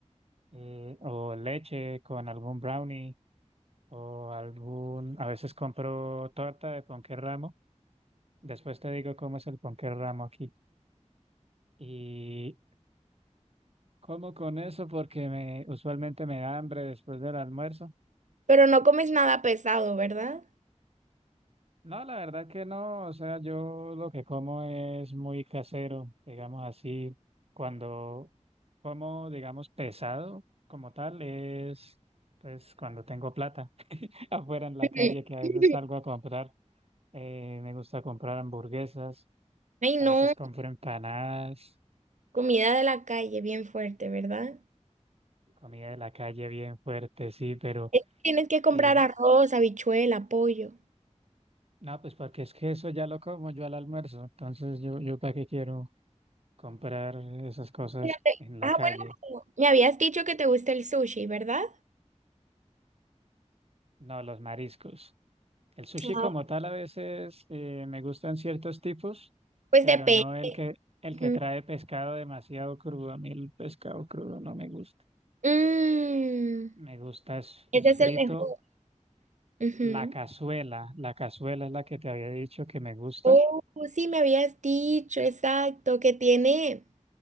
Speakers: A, on the right (about 55°); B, on the right (about 85°).
A: eh, o leche, con algún brownie o algún... A veces compro torta de ponqué ramo. Después te digo cómo es el ponqué ramo aquí. Y como con eso porque me, usualmente me da hambre después del almuerzo.
B: Pero no comes nada pesado, ¿verdad?
A: No, la verdad que no, o sea, yo lo que como es muy casero, digamos así, cuando como, digamos, pesado como tal, es pues cuando tengo plata <laughs> afuera en la
B: Ujú.
A: calle
B: <laughs>
A: que a veces salgo a comprar, eh, me gusta comprar hamburguesas,
B: Ay, no.
A: a veces compro empanadas,
B: Comida de la calle, bien fuerte, ¿verdad?
A: comida de la calle bien fuerte, sí, pero
B: Es que tienes que comprar
A: eh,
B: arroz, habichuela, pollo.
A: no, pues porque es que eso ya lo como yo al almuerzo, entonces yo, yo para qué quiero comprar esas cosas
B: Fíjate,
A: pues, en la
B: Ah,
A: calle.
B: bueno, como me habías dicho que te gusta el sushi, ¿verdad?
A: No, los mariscos. El sushi
B: Ah.
A: como tal a veces eh, me gustan ciertos tipos,
B: Pues
A: pero
B: depende.
A: no el que, el que
B: Ujú.
A: trae pescado demasiado crudo. A mí el pescado crudo no me gusta.
B: Mm,
A: Me gusta es,
B: ese
A: es
B: es
A: frito.
B: el mejor. Ujú.
A: La cazuela, la cazuela es la que te había dicho que me gusta,
B: Oh, sí, me habías dicho, exacto, que tiene,